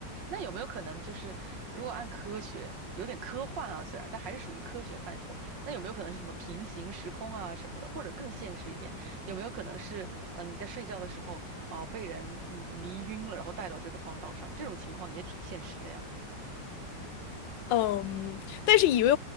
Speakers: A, on the right; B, on the left.
A: 那有没有可能就是，如果按科学，有点科幻啊，虽然，但还是属于科学范畴。那有没有可能是什么平行时空啊什么的，或者更现实一点，有没有可能是，嗯、你在睡觉的时候，哦、被人嗯迷晕了，然后带到这个荒岛上，这种情况也挺现实的呀。
B: 嗯，但是以为，